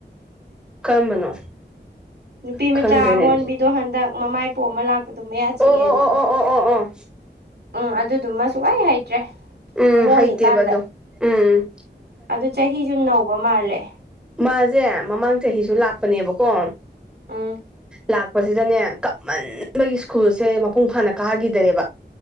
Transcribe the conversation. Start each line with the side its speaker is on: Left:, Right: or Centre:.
Centre: ꯀꯔꯝꯕꯅꯣ
Right: ꯅꯨꯄꯤ
Centre: ꯈꯪꯗ꯭ꯔꯦꯅꯦ
Right: ꯃꯆꯥ ꯑꯃꯣꯟꯕꯤꯗꯣ ꯍꯟꯗꯛ ꯃꯃꯥꯏ ꯄꯣꯝꯃ ꯂꯥꯛꯄꯗꯣ ꯃꯌꯥ ꯆꯤꯛꯑꯦꯅ
Centre: ꯑꯣ ꯑꯣ ꯑꯣ ꯑꯣ ꯑꯣ ꯑꯣ ꯑꯣ
Right: ꯎꯝ ꯑꯗꯨꯗꯨꯃ ꯁꯨꯡꯍꯩ ꯍꯩꯇ꯭ꯔꯦ
Centre: ꯎꯝ
Right: ꯃꯣꯜꯂꯤꯀꯥꯟꯗ
Centre: ꯍꯩꯇꯦꯕ ꯑꯗꯣ ꯎꯝ
Right: ꯑꯗꯨ ꯆꯍꯤꯖꯨ ꯅꯧꯕ ꯃꯥꯜꯂꯦ
Centre: ꯃꯥꯖꯦ ꯃꯃꯥꯡ ꯆꯍꯤꯖꯨ
Right: ꯎꯝ
Centre: ꯂꯥꯛꯄꯅꯦꯕꯀꯣ
Right: ꯎꯝ
Centre: ꯂꯥꯛꯄꯁꯤꯗꯅꯦ ꯀꯞꯃꯟꯕꯒꯤ ꯁ꯭ꯀꯨꯜꯁꯦ ꯃꯄꯨꯡ ꯐꯥꯅ ꯀꯥꯒꯤꯗꯔꯦꯕ